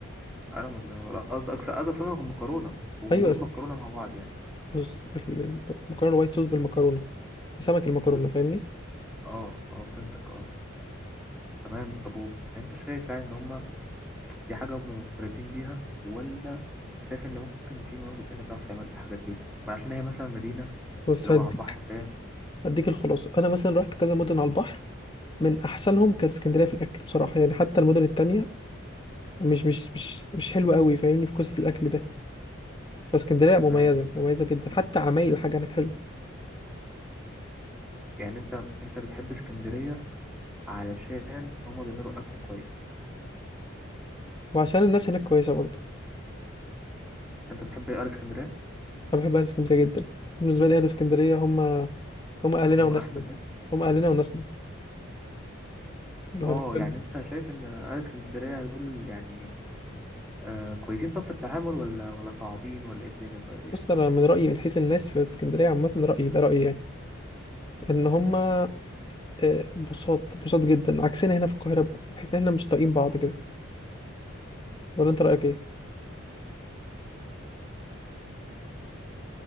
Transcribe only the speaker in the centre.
قلم ولا ولا قصدك قصدك سمك ومكرونه والمكرونه
مع بعض يعني
بز-
اه اه فهمتك اه تمام طب و- انت شايف يعني ان هم دي حاجه هم منفردين بيها ولا شايف ان ممكن في مناطق تانية بتعرف تعمل الحاجات دي وعشان هي مثلا مدينه
اللي هو
على البحر فاهم
تمام
يعني انت انت بتحب اسكندرية علشان هما بيعملوا اكل كويس
انت بتحب اهل اسكندرية
هما
احسن ناس
اه
يعني انت شايف ان اهل اسكندرية دول يعني آه كويسين طب في التعامل ولا ولا صعبين ولا ايه الدنيا طيب
يعني